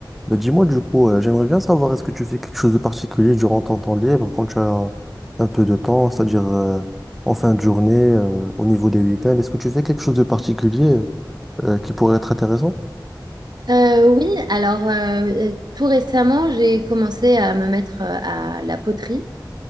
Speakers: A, in the centre; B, on the right.
A: bah dis-moi du coup, euh, j'aimerais bien savoir est-ce que tu fais quelque chose de particulier durant ton temps libre quand tu as un un peu de temps, c'est-à-dire euh, en fin de journée, euh, au niveau des week-ends, est-ce que tu fais quelque chose de particulier euh, qui pourrait être intéressant?
B: Euh, oui, alors euh, euh, tout récemment, j'ai commencé à me mettre euh, à la poterie